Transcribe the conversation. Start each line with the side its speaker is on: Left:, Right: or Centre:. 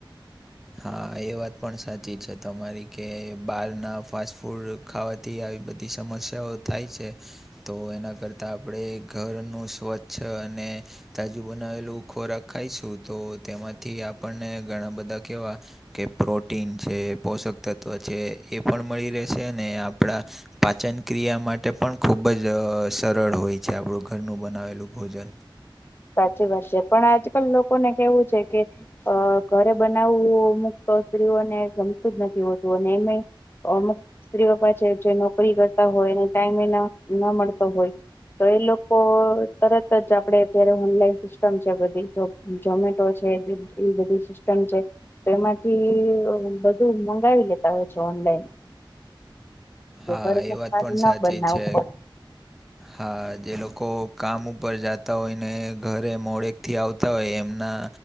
Centre: હા એ વાત પણ સાચી છે તમારી કે બહારના ફાસ્ટ ફૂડ ખાવાથી આવી બધી સમસ્યાઓ થાય છે તો એના કરતા આપણે ઘરનું સ્વચ્છ અને તાજું બનાવેલું ખોરાક ખાઈશું તો તેમાંથી આપણને ઘણા બધા કેવા કે પ્રોટીન છે પોષક તત્ત્વ છે એ પણ મળી રહેશે ને આપણા પાચનક્રિયા માટે પણ ખૂબ જ સરળ હોય છે આપણું ઘરનું બનાવેલું ભોજન
Left: સાચી વાત છે પણ આજકાલ લોકોને કેવું છે કે અ ઘરે બનાવવું અમુક્ તો સ્ત્રીઓને ગમતું જ નથી હોતું અને એમે અમુક સ્ત્રીઓ પાસે જે નોકરી કરતા હોયને ટાઈમે ન મળતો હોય તો એ લોકો તરત જ આપડે અત્યારે ઓનલાઈન સિસ્ટમ છે બધી જોમેટો છે એ બધી સિસ્ટમ છે તો એમાંથી બધું મંગાવી લેતા હોય છે ઓનલાઈન
Centre: હા
Left: ઘરનું
Centre: એ વાત પણ
Left: ના
Centre: સાચી
Left: બનનાવું
Centre: છે
Left: પડ
Centre: હા જે લોકો કામ ઉપર જતા હોય ને ઘરે મોડેક થી આવતા હોય એમના